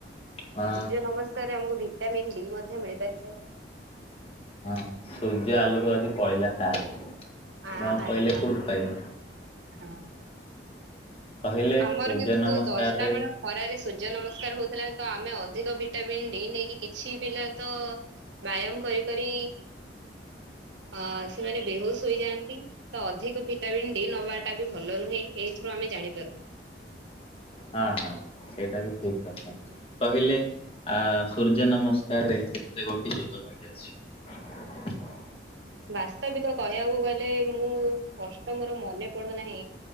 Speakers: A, on the left (about 30°); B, on the right (about 80°).
A: ହଁ
B: ସୂର୍ଯ୍ୟ ନମସ୍କାରରେ ଆମକୁ ଭିଟାମିନ୍ ଡି ମଧ୍ୟ ମିଳି ପାରିଥାଏ।
A: ହଁ ସୂର୍ଯ୍ୟ ଆଲୋକ ଯଦି ପଇଲା ତାହେଲେ ନ
B: ଆ ଆଚ୍ଛା
A: ପଇଲେ କୋଉଠୁ
B: ହଁ
A: ପାଇବୁ?
B: ହଁ।
A: କହିଲେ
B: ଆମର
A: ସୂର୍ଯ୍ୟ
B: କିନ୍ତୁ
A: ନମସ୍କାରରେ
B: ଦଶଟା ବେଳେ ଖରାରେ ସୂର୍ଯ୍ୟ ନମସ୍କାର ହଉଥିଲା। ତ ଆମେ ଅଧିକ ଭିଟାମିିନ ଡି ନେଇକି କିଛି ପିଲା ତ ବ୍ୟାୟାମ କରି କରି ଅ ସେମାନେ ବେହୋସ୍ ହୋଇଯାଆନ୍ତି ତ ଅଧିକ ଭିଟାମିିନ ଡି ନବାଟା ବି ଭଲ ନୁହେଁ। ଏଇଥିରୁ ଆମେ ଜାଣିପାରୁ।
A: ହଁ ହଁ ସେଇଟା ବି ଠିକ କଥା କହିଲେ ଆ ସୂର୍ଯ୍ୟ ନମସ୍କାରରେ କେତେ ଗୋଟିଏ ଯୋଗ ଲାଗି ଅଛି?
B: ବାସ୍ତବିକ କହିବାକୁ ଗଲେ ମୁଁ ସ୍ପଷ୍ଟ ମୋର ମନେ ପଡୁନାହିଁ।